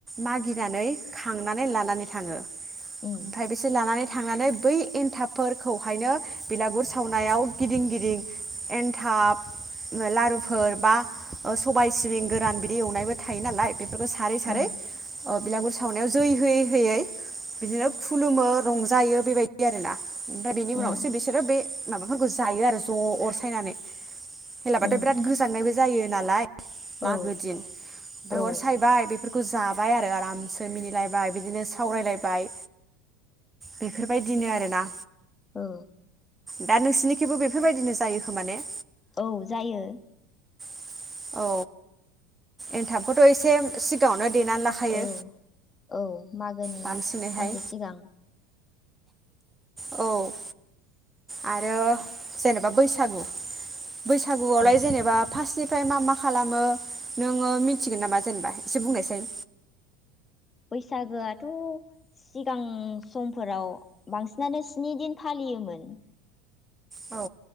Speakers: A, on the right; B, on the left.
A: मागिनानै खांनानै लानानै थाङो ओमफाय
B: उम
A: बिसोर लानानै थांनानै बै एन्थाबफोरखौहायनो बिलागुर सावनायाव गिदिं गिदिं एन्थाब लारुफोर बा ओ सबाय सिबिं गोरान बिदि एवनायबो थायो नालाय बेफोरखौ सारै सारै
B: उम
A: ओ बिलागुर सावनायाव जै होयै होयै बिदिनो खुलुमो रंजायो बेबायदि आरोना दा बेनि उनावसो
B: उम
A: बिसोरो बे माबाफोरखौ जायो आरो ज अर सायनानै भेलाबाथाय
B: उम
A: बिराद गोजांनायबो जायो नालाय मागो
B: औ
A: दिन ओमफाय
B: औ
A: अर सायबाय बेफोर खौ जाबाय आरो आरामसे मिनिलायबाय बिदिनो सावरायलायबाय बेफोरबायदिनो आरोना
B: औ
A: दा नोंसिनिखिबो बेफोरबायदिनो जायो खो माने
B: औ जायो
A: औ एन्थाबखौथ एसे सिगाङावनो देनानै लाखायो
B: औ औ मागोनि
A: बांसिनैहाय
B: सानसे सिगां
A: औ आरो जेनेबा बैसागु बैसागुआवलाय
B: ओं
A: जेनेबा फासनि ओमफ्राय मा मा खालामो नोङो मिथिगोन नामा जेनेबा एसे बुंनाय साय
B: बैसागोआथ सिगां समफोराव बांसिनानो स्नि दिन फालियोमोन
A: औ